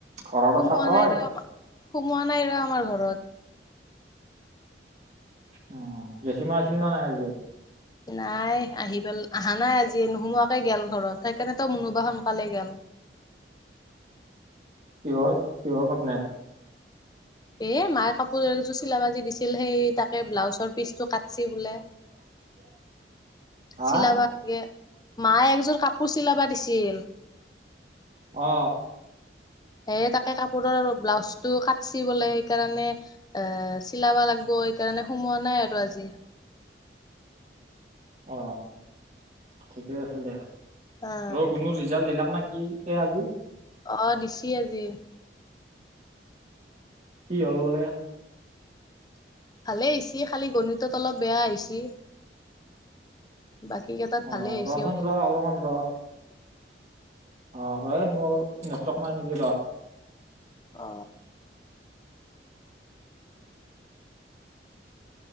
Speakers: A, on the right; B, on the left.
A: ঘৰত
B: সোমোৱা
A: আছা তই
B: নাই ৰ, সোমোৱা নাই ৰ আমাৰ ঘৰত।
A: অ। জেঠী মা আহিছিল নে নাই আজি?
B: নাই আহি পাল, অহা নাই আজি। নোসোমোৱাকে গেল ঘৰত। সেইকাৰণে তো মুনুবা সোনকালে গেল।
A: কিহৰ কিহৰ কাৰণে
B: এ মায়ে কাপোৰ এযোৰ চিলাবা জি দিছিল। সেই তাকে ব্লাউজৰ পিচটো কাটছে বোলে।
A: <unintelligible> হা
B: চিলাবা লাগে। মায়ে একযোৰ কাপোৰ চিলাবা দিছিল।
A: অ
B: সেই তাকে কাপোৰৰ ব্লাউজ টো কাটছি বোলে। সেইকাৰণে এ চিলাবা লাগিব। সেই কাৰণে সোমোৱা নাই আৰু আজি।
A: অ ঠিকে আছে দে
B: হা
A: অ গুনুৰ ৰিজাল্ট দিলাক না কি দিলে আজি
B: অ দিছি আজি
A: কি হ'ল বোলে
B: ভালে আহিছি খালি গণিতত অলপ বেয়া আহিছি। বাকী কেইটাত
A: অ
B: ভালেই আহিছি
A: ৰচোন
B: হৈছে
A: ৰ
B: বোলে।
A: অলপমান ৰ অ ৰ মোৰ নেটৱৰ্ক নাই নেকি ৰ।
B: অ